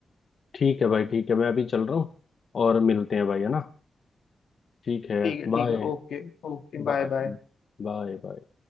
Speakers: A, on the left (about 60°); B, on the left (about 80°).
A: ठीक है भाई ठीक है मैं अभी चल रहा हूँ और मिलते हैं भाई है ना ठीक है
B: ठीक है
A: बाय
B: ठीक है ओके Okay bye
A: Bye
B: bye
A: bye bye